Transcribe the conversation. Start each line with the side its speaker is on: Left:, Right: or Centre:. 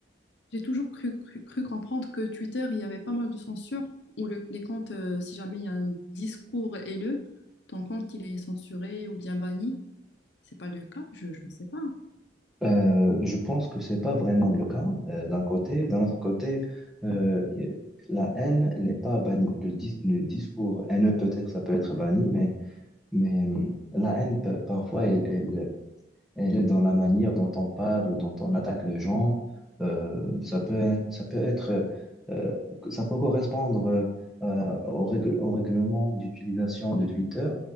Left: J'ai toujours cru, cru, cru comprendre que Twitter, il y avait pas mal de censure, où le- les comptes, euh, si jamais il y a un discours haineux, ton compte, il est censuré ou bien banni. C'est pas le cas, je ne sais pas.
Centre: euh, je pense que c'est pas vraiment le cas euh, d'un côté. D'un autre côté, euh, la haine n'est pas bannie. Le, dis- le discours haineux, peut-être, ça peut être banni, mais, mais hum, la haine, pa- parfois, elle, elle- Elle est dans la manière dont on parle, dont on attaque les gens. Euh, ça peut, ça peut être, euh, ça peut correspondre euh, euh, au règle- au règlement d'utilisation de Twitter,